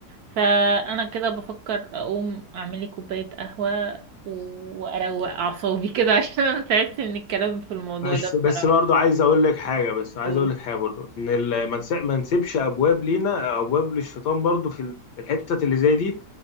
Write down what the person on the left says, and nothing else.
بس
بس
برضه عايز اقول لك حاجه بس عايز
اقول لك حاجه برضه ان ال- ما نس- ما نسيبش ابواب لينا ابواب للشيطان برضه في ال- في الحتت اللي زي دي